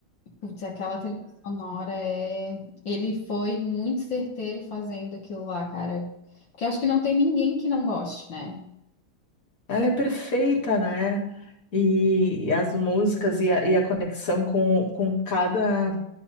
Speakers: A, on the left; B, on the left.
A: Putz, aquela trilha sonora é. Ele foi muito certeiro fazendo aquilo lá, cara. Porque acho que não tem ninguém que não goste, né?
B: Ela é perfeita, né? E, as músicas e a, e a conexão com, com cada